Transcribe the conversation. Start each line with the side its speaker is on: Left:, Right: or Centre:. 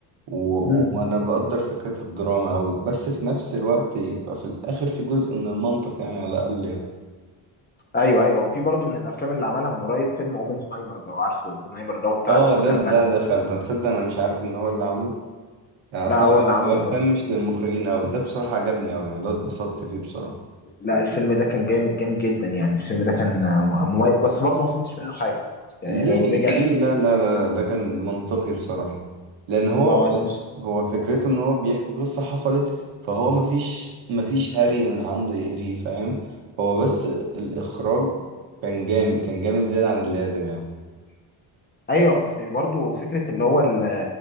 Right: و-
Left: مم.
Right: وانا بقدر فكرة الدراما قوي بس في نفس الوقت يبقى في الاخر في جزء من المنطق يعني على الاقل يعني
Left: ايوه ايوه وفي برضو من الافلام اللي عملها من قريب فيلم اوبنهايمر لو عارفه اوبنهايمر اللي هو بتاع
Right: اه
Left: المخترع
Right: ده ده دخلت
Left: كده.
Right: انا تصدق انا مش عارف ان هو اللي عامله يعني اصلا
Left: لا هو
Right: ما
Left: اللي عامله برضو
Right: بهتمش للمخرجين قوي ده بصراحة عجبني قوي يعني ده اتبسطت فيه بصراحة
Left: لا الفيلم ده كان جامد جامد جدا يعني الفيلم ده كان مميز بس برضو ما فهمتش منه حاجه يعني
Right: ليه
Left: لو رجع
Right: ليه لا لا لا لا، ده كان منطقي بصراحة لان هو
Left: ما
Right: بص
Left: مش
Right: هو فكرته ان هو بيحكي قصة حصلت فهو مفيش مفيش هري من عنده يهريه فاهم هو بس الاخراج كان جامد كان جامد زيادة عن اللازم يعني
Left: ايوه بس برضو فكره اللي هو ال-